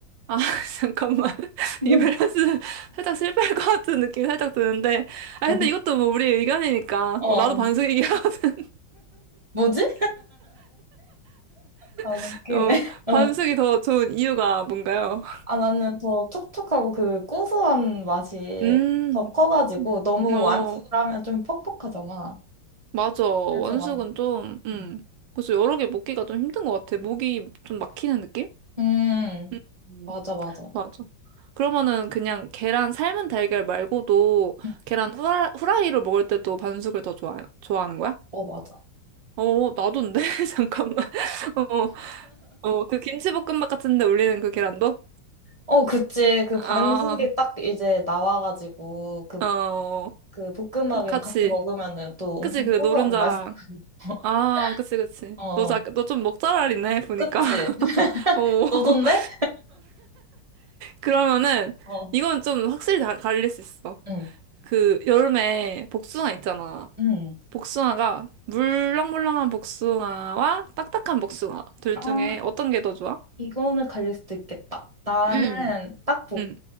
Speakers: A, on the right (about 80°); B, on the right (about 20°).
A: 아, <laughs> 잠깐만. <laughs>
B: <laughs>
A: 이 밸런스 살짝 실패할 것 같은 느낌이 살짝 드는데. 아,
B: 어.
A: 근데 이것도 뭐 우리 의견이니까.
B: 어,
A: 어, 나도 반숙이긴 하거든.
B: 뭐지? 아, 웃기네.
A: <laughs> 어,
B: <laughs> 어.
A: 반숙이 더 좋은 이유가 뭔가요?
B: 아, 나는 더 촉촉하고 그 고소한 맛이
A: 음,
B: 더 커가지고
A: 음.
B: 너무
A: 어,
B: 완숙을 하면 좀 퍽퍽하잖아.
A: 맞아. 원숙은
B: 그래서 난,
A: 좀, 음.
B: 음,
A: 그래서 여러 개 먹기가 좀 힘든 것 같아. 목이 좀 막히는 느낌?
B: 음,
A: 음, 음,
B: 맞아, 맞아.
A: 맞아. 그러면은 그냥 계란 삶은 달걀 말고도
B: 응.
A: 계란 후라, 후라이로 먹을 때도 반숙을 더 좋아, 좋아하는 거야?
B: 어, 맞아.
A: 어, 나도인데? <laughs> 잠깐만. 어, 어, 그 김치볶음밥 같은데 올리는 그 계란도?
B: 어, 그치. 그
A: 아,
B: 반숙이 딱 이제 나와가지고 그,
A: 어,
B: 그 볶음밥이랑
A: 같이.
B: 같이 먹으면은 또 엄청
A: 그치, 그
B: 뽀고하고
A: 노른자랑.
B: 맛있고. <laughs>
A: 아, 그치, 그치.
B: 어,
A: 너 자, 너좀 먹잘알이네, 보니까.
B: 그치.
A: <laughs> 어, <laughs>
B: 너던데?
A: 그러면은,
B: 어,
A: 이건 좀 확실히 다 갈릴 수 있어.
B: 응,
A: 그, 여름에 복숭아 있잖아.
B: 응.
A: 복숭아가, 물렁물렁한 복숭아와 딱딱한 복숭아. 둘
B: 아,
A: 중에 어떤 게 더 좋아?
B: 이거는 갈릴 수도 있겠다. 나는
A: 음,
B: 딱복.
A: 음.